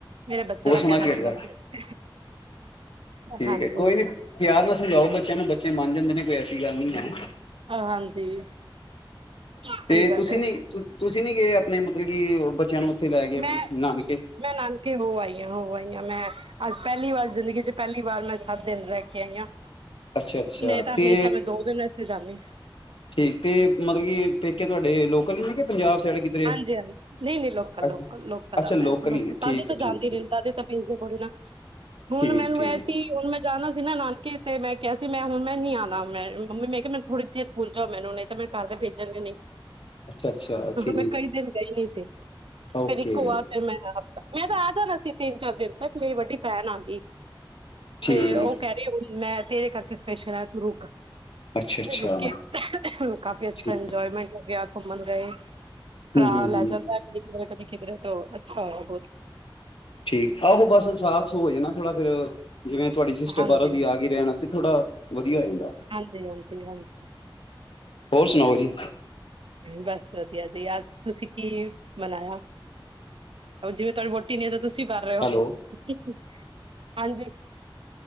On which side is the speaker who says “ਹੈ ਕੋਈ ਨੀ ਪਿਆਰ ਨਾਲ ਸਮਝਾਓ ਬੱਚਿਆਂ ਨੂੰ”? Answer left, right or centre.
Left